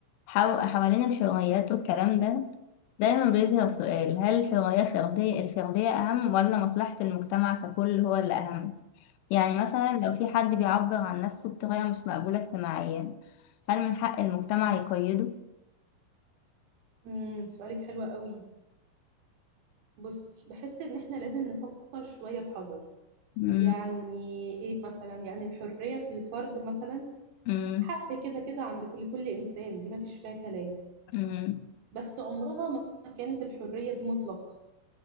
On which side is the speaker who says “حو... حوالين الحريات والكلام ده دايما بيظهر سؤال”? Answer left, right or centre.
Left